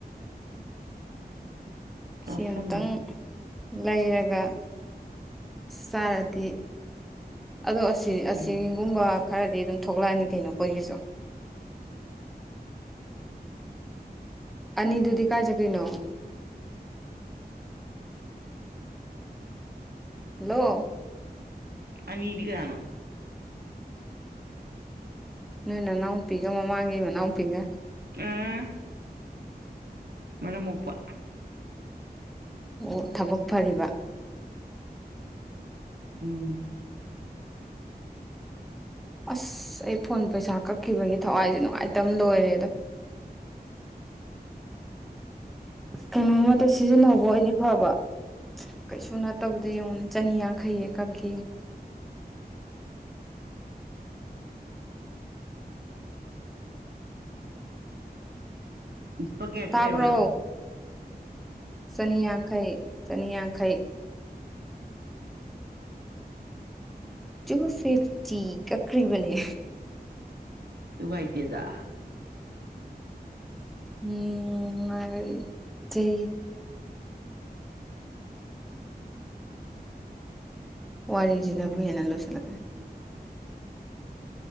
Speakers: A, on the right; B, in the centre.
A: ꯆꯥꯁꯜꯂꯣ
B: ꯁꯤ ꯑꯃꯨꯇꯪ ꯂꯩꯔꯒ ꯑ ꯆꯥꯔꯗꯤ ꯑꯗꯣ ꯑꯁꯤ ꯑꯁꯤꯒꯨꯝꯕ
A: ꯎꯝ
B: ꯈꯔꯗꯤ ꯑꯗꯨꯝ ꯊꯣꯛꯂꯛꯑꯅꯤ ꯀꯩꯅꯣ ꯑꯩꯈꯣꯏꯒꯤꯁꯨ ꯑꯅꯤꯗꯨꯗꯤ ꯀꯥꯏ ꯆꯀꯅꯣ ꯍꯜꯂꯣ
A: ꯑꯅꯤꯇꯒꯅꯥꯅꯣ
B: ꯅꯣꯏ ꯅꯅꯥꯎꯄꯤꯒ ꯃꯃꯥꯡꯒꯤ ꯃꯅꯥꯎꯄꯤꯒ
A: ꯑꯥ ꯃꯔ ꯃꯨꯄ
B: ꯑꯣ ꯊꯕꯛ ꯐꯔꯤꯕ
A: ꯎꯝ
B: ꯑꯁ ꯑꯩ ꯐꯣꯟ ꯄꯩꯁꯥ ꯀꯛꯈꯤꯕꯒꯤ ꯊꯋꯥꯏꯁꯦ ꯅꯨꯡꯉꯥꯏꯇꯕ ꯂꯣꯏꯔꯦ ꯑꯗꯣ ꯀꯩꯅꯣꯝꯃꯇ ꯁꯤꯖꯤꯟꯅꯍꯧꯕ ꯑꯣꯏꯗꯤ ꯐꯕ ꯀꯩꯁꯨ ꯅꯠꯇꯕꯗ ꯌꯦꯡꯉꯅꯦ ꯆꯅꯤꯌꯥꯡꯈꯩꯌꯦ ꯀꯛꯈꯤ <unintelligible>
A: ꯎꯄ ꯀꯌꯥ
B: ꯇꯥꯕ꯭ꯔꯣ
A: ꯀꯦꯕ
B: ꯆꯅꯤꯌꯥꯡꯈꯩ ꯆꯅꯤꯌꯥꯡꯈꯩ ꯇꯨ ꯐꯤꯐꯇꯤ ꯀꯈ꯭ꯕꯅꯦ
A: ꯃꯥꯏꯇꯦꯗ
B: ꯎꯝꯠꯇ ꯋꯥ ꯄꯨꯋꯥꯔꯔꯤꯖꯅꯦꯕꯨꯍꯤ
A: ꯑꯩꯅ
B: ꯍꯅꯦ ꯂꯣꯏ ꯆꯂꯒꯦ